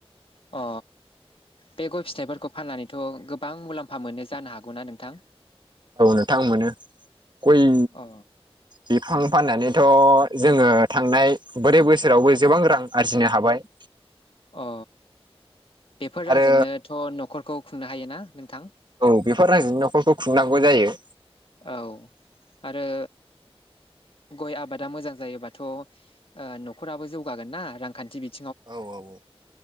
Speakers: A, on the left (about 60°); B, on the right (about 45°).
A: अ बे गय फिथफोरखौ फाननानैथ गोबां मुलाम्फा मोनो जानो हागौना नोंथां
B: औ नोंथां मोनो गय
A: अ
B: बिफां फाननानैथ जोङो थांनाय ब्रै बोसोरावबो गोबां रां आरजिनो हाबाय
A: अ बेफोर
B: आरो
A: रांजोंनोथ न'खरखौ खुंनो हायोना नोंथां?
B: औ बेफोर रांजोनि नखरखौ खुंनांगौ जायो
A: औ आरो गय आबादा मोजां जायोबाथ नखराबो जौगागोननाा रांखान्थि बिथ
B: औ औ औ